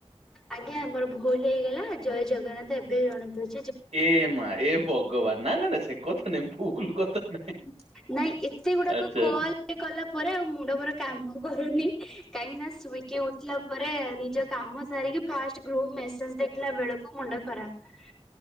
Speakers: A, in the centre; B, on the right (about 80°).
A: ଆଜ୍ଞା ଆମର ଭୁଲ ହେଇଗଲା ଜୟ ଜଗନ୍ନାଥ ଏବେ ଜଣେଇଦଉଚି
B: ଏ ମା ଏ ଭଗବାନ ନା ନା ନା ସେ କଥା ନାଇଁ ଭୁଲ କଥା ନାଇଁ
A: ନାଇଁ ଏତେ ଗୁଡାକ
B: ଆଚ୍ଛା
A: କଲେ
B: ଆଚ୍ଛା।
A: କଲା ପରେ ଆଉ ମୁଣ୍ଡ ମୋର କାମ କରୁନି କାହିଁକି ନା ଶୋଇକି ଉଠିଲା ପରେ ନିଜ କାମ ସାରିକି ଫାଷ୍ଟ ଗ୍ରୁପ୍ ମେସେଜ ଦେଖିଲା ବେଳକୁ ମୁଣ୍ଡ ଖରାପ।